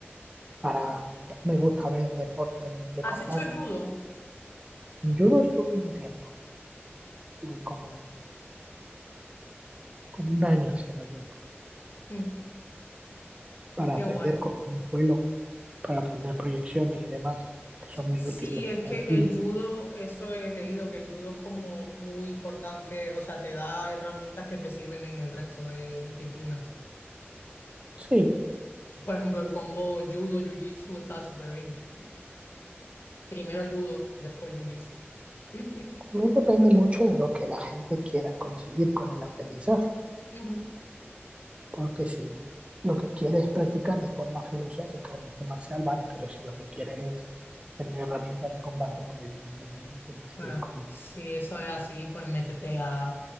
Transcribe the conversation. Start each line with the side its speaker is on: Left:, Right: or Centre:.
Right: Para, me gusta ver deporte de
Left: ¿Has
Right: contacto.
Left: hecho judo?
Right: Judo estuve un tiempo, estuve como, como un año haciendo judo
Left: Mm,
Right: para
Left: qué
Right: aprender
Left: guay.
Right: con un vuelo, para aprender proyecciones y demás, que son muy
Left: Sí,
Right: útiles.
Left: es que
Right: en el
Left: el
Right: judo.
Left: judo, eso he leído, que el judo es como muy importante, o sea, te da herramientas que te sirven en el resto de disciplinas.
Right: Sí,
Left: Por ejemplo, el combo judo, jiu-jitsu está súper bien. Primero judo, después jiu-jitsu. <clears throat>
Right: también depende mucho de lo que la gente quiera conseguir con el aprendizaje.
Left: Ujú.
Right: Porque si lo que quieres es practicar de forma filosófica o un arte marcial, vale, pero si lo que quieres es tener herramientas de combate, pues evidentemente tienes
Left: Bueno,
Right: que ir combinando
Left: si eso es así, pues métete a